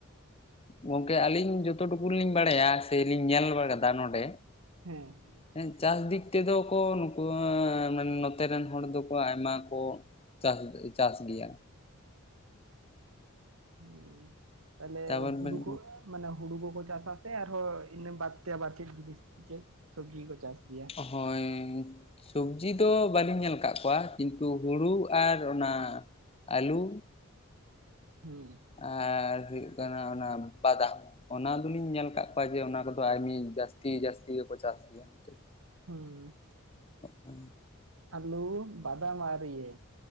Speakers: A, on the left; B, on the right.
A: ᱜᱚᱝᱠᱮ ᱟᱹᱞᱤᱧ ᱡᱚᱛᱚ ᱴᱩᱠᱩ ᱞᱤᱧ ᱵᱟᱲᱟᱭᱟ ᱥᱮᱞᱤᱧ ᱧᱮᱞ ᱵᱟᱲᱟ ᱠᱟᱫᱟ ᱱᱚᱰᱮ
B: ᱦᱮᱸ
A: ᱦᱮᱸ ᱪᱟᱥ ᱫᱤᱠ ᱛᱮᱫᱚ ᱠᱚ ᱱᱩᱠᱩ ᱱᱚᱛᱮ ᱨᱮᱱ ᱦᱚᱲ ᱫᱚᱠᱚ ᱟᱭᱢᱟ ᱠᱚ ᱪᱟᱥ ᱪᱟᱥ ᱜᱮᱭᱟ
B: ᱦᱩᱸ ᱛᱟᱦᱞᱮ
A: ᱛᱟᱨᱯᱚᱨ
B: ᱦᱩᱲᱩ
A: ᱵᱮᱱ
B: ᱠᱚ ᱢᱟᱱᱮ ᱦᱩᱲᱩ ᱠᱚᱠᱚ ᱪᱟᱥᱟ ᱥᱮ ᱟᱨᱦᱚᱸ ᱤᱱᱟᱹ ᱵᱟᱫ ᱛᱮ ᱟᱵᱟᱨ ᱪᱮᱫ ᱡᱤᱱᱤᱥ ᱪᱮᱫ ᱥᱚᱵᱽᱡᱤᱠᱚ ᱪᱟᱥ ᱜᱮᱭᱟ
A: ᱦᱚᱭ ᱥᱚᱵᱽᱡᱤ ᱫᱚ ᱵᱟᱹᱞᱤᱧ ᱧᱮᱞ ᱠᱟᱜ ᱠᱚᱣᱟ ᱠᱤᱱᱛᱩ ᱦᱩᱲᱩ ᱟᱨ ᱚᱱᱟ ᱟᱞᱩ
B: ᱦᱩᱸ
A: ᱟᱨ ᱦᱩᱭᱩᱜ ᱠᱟᱱᱟ ᱚᱱᱟ ᱵᱟᱫᱟᱢ ᱚᱱᱟ ᱫᱚᱞᱤᱧ ᱧᱮᱞ ᱟᱠᱟᱫ ᱠᱚᱣᱟ ᱡᱮ ᱚᱱᱟ ᱠᱚᱫᱚ ᱟᱭᱢᱤ ᱡᱟᱹᱥᱛᱤ ᱡᱟᱹᱥᱛᱤ ᱜᱮᱠᱚ ᱪᱟᱥ ᱜᱮᱭᱟ ᱱᱤᱛᱚᱜ।
B: ᱦᱩᱸ
A: <unintelligible>
B: ᱟᱞᱩ ᱵᱟᱫᱟᱢ ᱟᱨ ᱤᱭᱟᱹ।